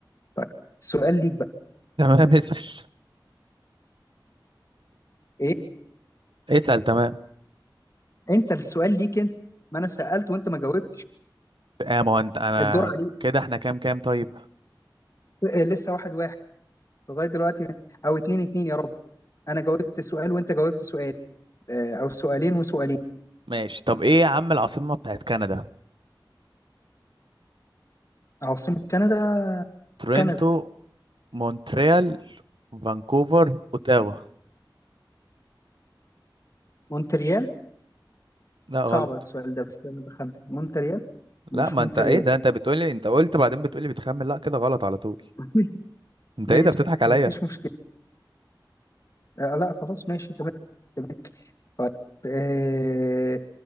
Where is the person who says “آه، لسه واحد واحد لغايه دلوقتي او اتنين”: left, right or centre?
Left